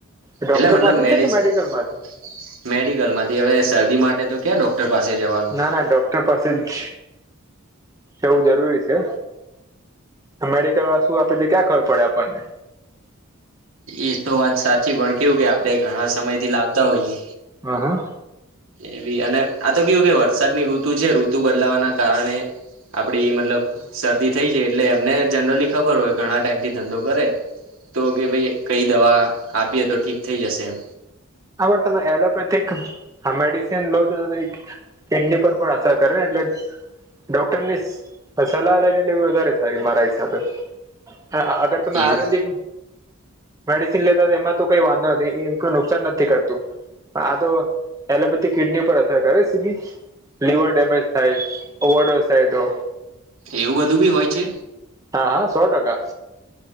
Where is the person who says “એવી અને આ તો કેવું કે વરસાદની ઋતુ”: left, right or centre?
Right